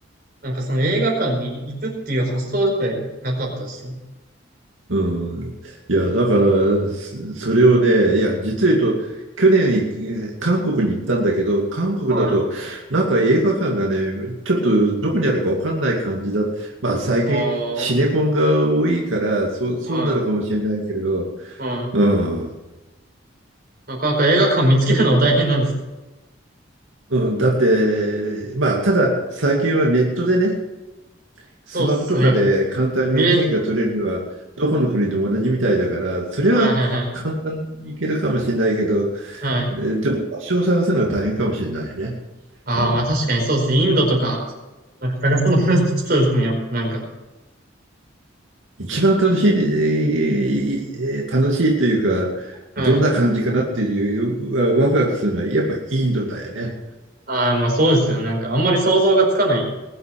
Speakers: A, on the right; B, on the right.
A: なんかその映画館に行くっていう発想自体なかったですね。
B: うん。いや、だから、そそれをね、いや、実を言うと、去年、えー韓国に行ったんだけど、韓国だと、
A: はい。
B: なんか映画館がね、ちょっとどこにあるか分かんない感じだ。まあ、最近、
A: ああ、
B: シネコンが多いから、
A: は
B: そう、そうなるかもしれないけれど、
A: い。はい。
B: うん。
A: なかなか映画館見つけるのも大変なんですね。
B: うん、だって、まあ、ただ最近はネットでね、
A: そうっすね。
B: スマホとかで簡単に券が取れるのは、
A: 見れ、
B: どこの国でも同じみたいだから、それは簡単にいけるかもしれないけど、
A: はいはいはい。はい。
B: えでも場所を探すのが大変かもしれないね。
A: ああ、
B: うん、
A: まあ確かにそうですね。インドとか、なんか探すの難し <laughs> そうですね。やっぱなんか。
B: 一番楽しい、えー楽しいというか、
A: はい。
B: どんな感じかなっていう、ワクワクするのは、やっぱインドだよね。
A: ああ、まあそうですよ。なんかあんまり想像がつかない